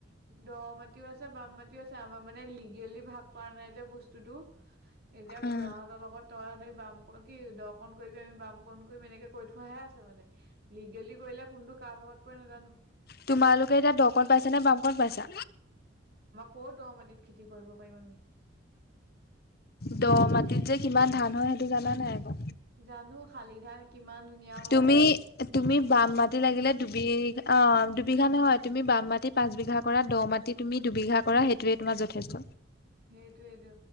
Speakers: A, on the right (about 50°); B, on the left (about 50°).
A: দ মাটিও আছে বাম মাটিও আছে আমাৰ মানে লিগেলি ভাগ কৰা নাই যে বস্তুতটো এতিয়া
B: উম
A: খুৰাহঁতৰ লগত তইহঁ বাম ক কি ক কৰিবি আম বাম কণ কৰিম এনেকে কৈ থোৱাহে আছে মানে লিগেলি কৰিলে কোনটো কা ভাগত পৰে নাজানো
B: তোমালোকে এতিয়া দ কণ পাইছা নে বাম কণ পাইছা?
A: ক দ মাটিত খেতি কৰিব? পাৰিম আমি
B: দ মাটিত যে কিমান ধান হয় সেইটো জানা নাই আকৌ?
A: জানো শালি ধান কিমান ধুনীয়া হয়
B: তুমি তুমি বাম মাটি লাগিলে দুবিঘা অ দুবিঘা নহয় তুমি বাম মাটি পাঁচ বিঘা কৰা দ ম মাতি তুমি দুবিঘা কৰা সেইটোয়ে তোমাৰ যথেষ্ট
A: সেইটোয়েইটো